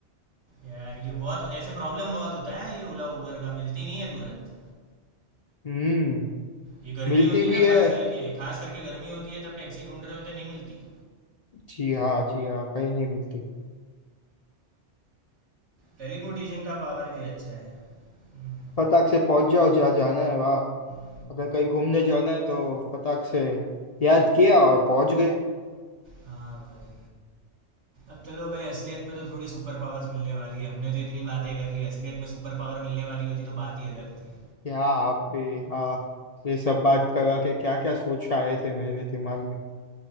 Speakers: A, on the right; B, on the left.
A: यार ये बहुत ऐसे प्रॉब्लम बहुत होता है ये ओला उबर का मिलती नहीं है तुरंत
B: हम्म
A: ये गर्मी
B: मिलती
A: होती है
B: भी
A: ना
B: है
A: खास करके खास करके गर्मी होती है तब टैक्सी ढूंढ रहे होते नहीं मिलती
B: जी हाँ जी हाँ कहीं नहीं मिलती
A: टेलीपोर्टेशन का पावर भी अच्छा है हम्म,
B: फटाक से पहुंच जाओ जहाँ जाना है वाह
A: हम्म,
B: अगर कहीं घूमने जाना है तो फटाक से याद किया और पहुंच गए
A: हाँ भाई अब चलो भाई असलियत में तो थोड़ी सुपर पावर्स मिलने वाली है हमने तो इतनी बातें कर ली असलियत में सुपर पावर मिलने वाली होती तो बात ही अलग थी
B: क्या आप भी हाँ ये सब बात करवा के क्या क्या सोच आए थे मेरे दिमाग में